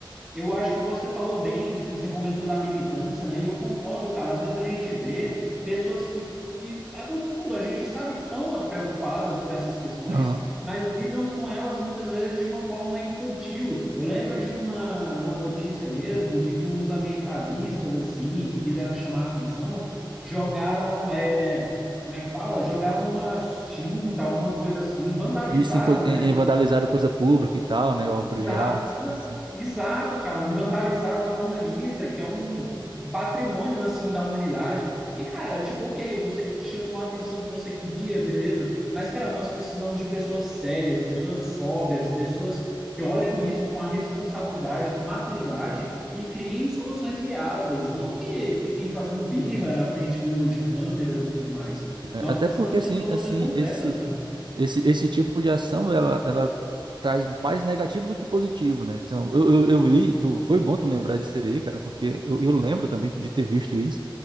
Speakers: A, in the centre; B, on the right.
A: Eu acho que você falou bem, tipo, você comentou da militância, né? E eu concordo, cara. Às vezes a gente vê pessoas que, que ah, no fundo, a gente sabe que estão preocupadas com essas questões,
B: Aham.
A: mas lidam com elas muitas vezes de uma forma infantil. Eu lembro de uma, uma notícia mesmo de que uns ambientalistas, assim, que quiseram chamar a atenção, jogaram, é, como é que fala? Jogaram uma tinta, alguma coisa assim, vandalizaram,
B: Isso em, co- em
A: né?
B: em vandalizar coisa pública e tal, né? Obras
A: Exato,
B: de arte,
A: Não,
B: assim.
A: exato, cara. Vandalizaram a Mona Lisa, que é um patrimônio assim da humanidade. E, cara, tipo, ok, você que chamou a atenção que você queria, beleza. Mas, cara, nós precisamos de pessoas sérias, pessoas sóbrias, pessoas que olham isso com a responsabilidade, com maturidade e criem soluções viáveis, não que fiquem fazendo birra na frente do, de câmeras e tudo mais.
B: É,
A: Nós
B: Até
A: precisamos
B: porque assim,
A: de soluções
B: assim,
A: concretas,
B: esse
A: né?
B: esse esse tipo de ação ela ela traz mais negativo do que positivo, né? Então, eu, eu, eu vi, tu, foi bom tu lembrar disso aí, cara, porque eu, eu lembro também de ter visto isso.